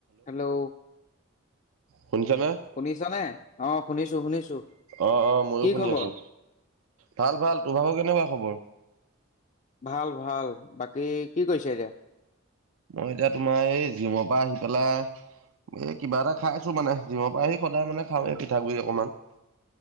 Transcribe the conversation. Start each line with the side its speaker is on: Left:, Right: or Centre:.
Left: Hello
Right: শুনিছানে?
Left: শুনিছ নে অ শুনিছো শুনিছো
Right: অ অ মইও
Left: কি
Right: শুনি
Left: খবৰ?
Right: আছো ভাল ভাল তোৰ ভাব কেনেকুৱা খবৰ
Left: ভাল ভাল বাকী কি কৰিছে এতিয়া
Right: মই এতিয়া তোমাৰ এই জিমৰ পৰা আহি পেলাই এই কিবা এটা খাইছো মানে যিমৰ পৰা আহি সদায় মানে খাওঁ এই পিঠাগুডৰি অকমান